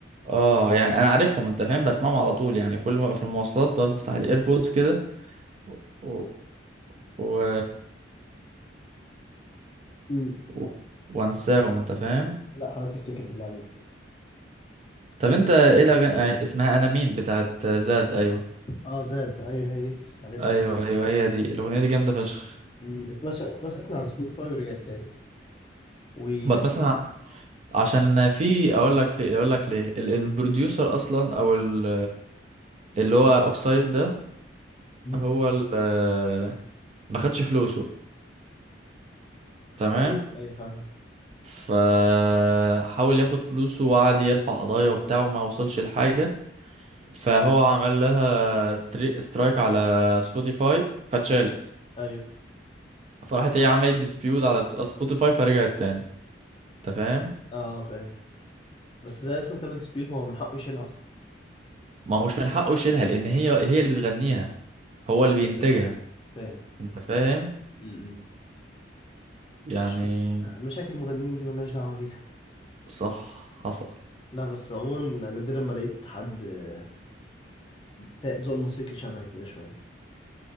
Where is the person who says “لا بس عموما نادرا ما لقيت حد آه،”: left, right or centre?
Left